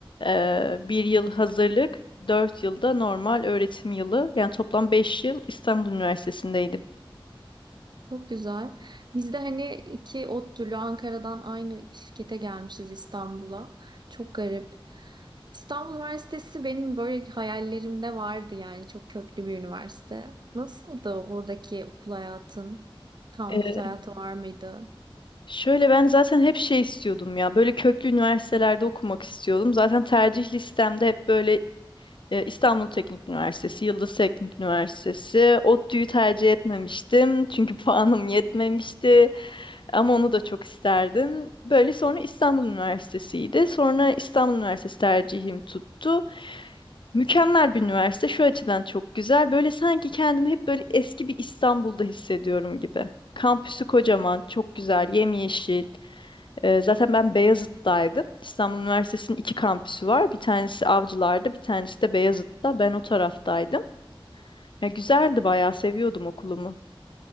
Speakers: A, on the left; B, on the right.
A: Ee, bir yıl hazırlık, dört yılda normal öğretim yılı. Yani toplam beş yıl İstanbul Üniversitesi'ndeydim.
B: Çok güzel. Biz de hani iki ODTÜ'lü Ankara'dan aynı şirkete gelmişiz İstanbul'a. Çok garip. İstanbul Üniversitesi benim böyle hayallerimde vardı yani çok köklü bir üniversite. Nasıldı oradaki okul hayatın? Kampüs
A: Ee,
B: hayatı var mıydı?
A: şöyle ben zaten hep şey istiyordum ya. Böyle köklü üniversitelerde okumak istiyordum. Zaten tercih listemde hep böyle e, İstanbul Teknik Üniversitesi, Yıldız Teknik Üniversitesi. ODTÜ'yü tercih etmemiştim. Çünkü <laughs> puanım yetmemişti. Ama onu da çok isterdim. Böyle sonra İstanbul Üniversitesi'ydi. Sonra İstanbul Üniversitesi tercihim tuttu. Mükemmel bir üniversite. Şu açıdan çok güzel. Böyle sanki kendimi hep böyle eski bir İstanbul'da hissediyorum gibi. Kampüsü kocaman, çok güzel, yemyeşil. Ee, zaten ben Beyazıt'taydım. İstanbul Üniversitesi'nin iki kampüsü var. Bir tanesi Avcılar'da, bir tanesi de Beyazıt'ta. Ben o taraftaydım. Ya güzeldi bayağı, seviyordum okulumu.